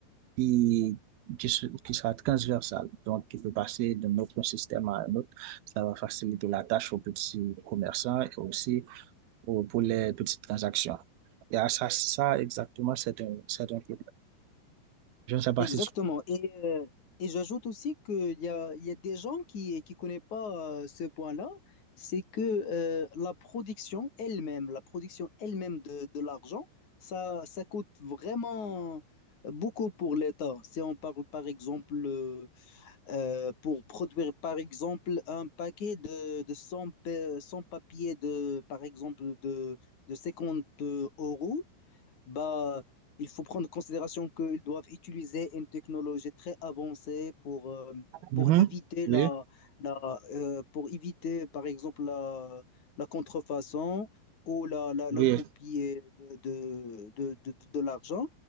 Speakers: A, on the right; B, on the left.
A: qui, qui, qui sera transversal, donc qui peut passer d'un autre système à un autre. Ça va faciliter la tâche aux petits commerçants et aussi aux, pour les petites transactions. Et à ça, ça exactement, c'est un, c'est un problème. Je ne sais pas
B: Exactement.
A: si tu
B: Et, euh, et j'ajoute aussi qu'il y a, il y a des gens qui ne connaissent pas euh, ce point-là, c'est que euh, la production elle-même, la production elle-même de, de l'argent, ça, ça coûte vraiment beaucoup pour l'État. Si on parle par exemple, euh, euh, pour produire par exemple un paquet de, de 100 pa- 100 papiers de, par exemple, de, de 50 euros, Bah, il faut prendre en considération qu'ils doivent utiliser une technologie très avancée pour, euh, pour
A: Mhm.
B: éviter la,
A: Oui,
B: la, euh, pour éviter, par exemple, la, la contrefaçon ou la, la, la
A: oui,
B: copie de, de, de, de, de l'argent.